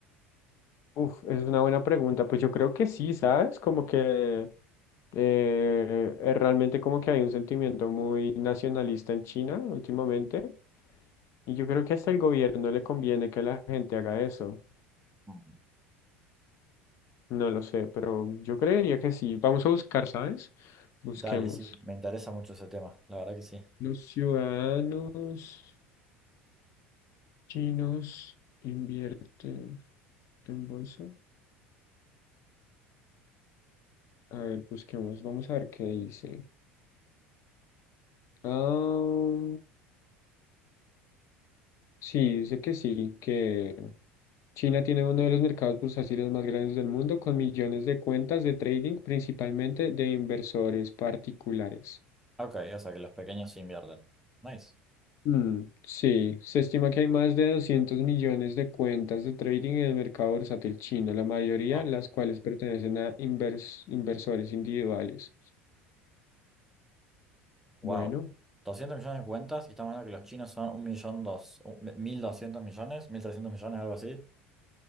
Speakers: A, on the left; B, in the centre.
A: Uf, es una buena pregunta. Pues yo creo que sí, ¿sabes? Como que Eh, eh, realmente como que hay un sentimiento muy nacionalista en China últimamente y yo creo que hasta el gobierno le conviene que la gente haga eso.
B: Mm.
A: No lo sé, pero yo creería que sí. Vamos a buscar, ¿sabes? Busquemos.
B: Dale, sí, me interesa mucho ese tema, la verdad que sí.
A: Los ciudadanos chinos invierten en bolsa. A ver, busquemos. Vamos a ver qué dice. Ah, sí, dice que sí, que... China tiene uno de los mercados bursátiles más grandes del mundo, con millones de cuentas de trading, principalmente de inversores particulares.
B: Ok, o sea que los pequeños sí invierten. Nice.
A: Mm, sí, se estima que hay más de 200 millones de cuentas de trading en el mercado bursátil chino, la mayoría
B: Wow.
A: las cuales pertenecen a invers- inversores individuales.
B: Wow.
A: Bueno,
B: 200 millones de cuentas y estamos hablando que los chinos son un millón dos, un- 1.200 millones, 1.300 millones, algo así.